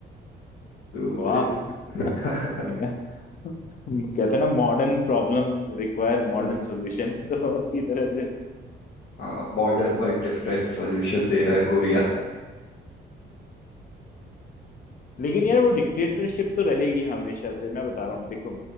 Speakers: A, on the left; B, on the left.
A: तो
B: वाह
A: इन-
B: <laughs>
A: <laughs>
B: नहीं यार। कहते हैं ना modern problem require modern
A: बस,
B: solution <laughs> तो उसी तरह से
A: हाँ मॉडर्न पर डिफरेंट सॉल्यूशन दे रहा है कोरिया
B: लेकिन यार वो डिक्टेटरशिप तो रहेगी हमेशा से मैं बता रहा हूँ देखो